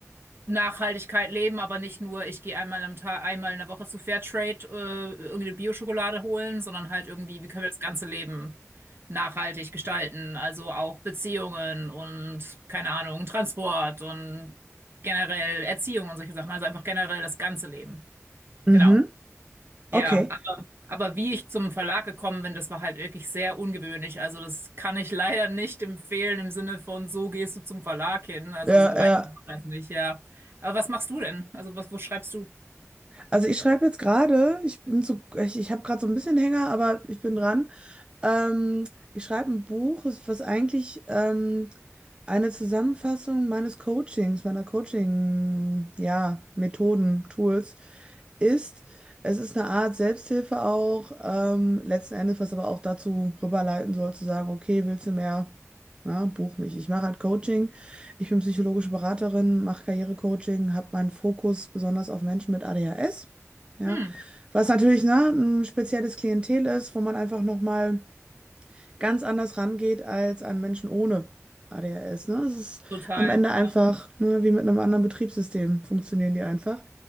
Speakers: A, on the right (about 45°); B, on the right (about 20°).
A: Nachhaltigkeit leben, aber nicht nur, ich gehe einmal am Tag, einmal in der Woche zu Fairtrade, äh, irgendeine Bio-Schokolade holen, sondern halt irgendwie, wie können wir das ganze Leben nachhaltig gestalten? Also auch Beziehungen und, keine Ahnung, Transport und generell Erziehung und solche Sachen. Also einfach generell das ganze Leben.
B: Mhm.
A: Genau. Ja,
B: Okay.
A: aber wie ich zum Verlag gekommen bin, das war halt wirklich sehr ungewöhnlich. Also das kann ich leider nicht empfehlen im Sinne von, so gehst du zum Verlag hin. Also
B: Ja,
A: so einfach
B: ja.
A: war das nicht, ja. Aber was machst du denn? Also was, wo schreibst du?
B: Also ich schreibe jetzt gerade, ich bin so, ich, ich habe gerade so ein bisschen Hänger, aber ich bin dran. Ähm, ich schreibe ein Buch, es- was eigentlich ähm, eine Zusammenfassung meines Coachings, meiner Coaching, ja, Methoden, Tools ist. Es ist eine Art Selbsthilfe auch, ähm, letzten Endes, was aber auch dazu rüberleiten soll, zu sagen, okay, willst du mehr? Na, buch mich. Ich mache halt Coaching. Ich bin psychologische Beraterin, mache Karrierecoaching, habe meinen Fokus besonders auf Menschen mit ADHS. Ja,
A: Hm,
B: was natürlich, ne, ein spezielles Klientel ist, wo man einfach nochmal ganz anders rangeht als an Menschen ohne ADHS. Ne? Es ist
A: total,
B: am Ende
A: ja.
B: einfach, ne, wie mit einem anderen Betriebssystem funktionieren die einfach.